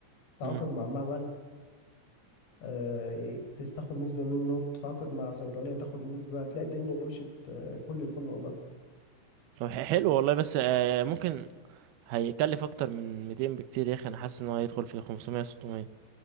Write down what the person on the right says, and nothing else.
امم
طب ح- حلو والله بس آه ممكن هيكلف اكتر من 200 بكتير يا اخي انا حاسس ان هو هيدخل في 500 600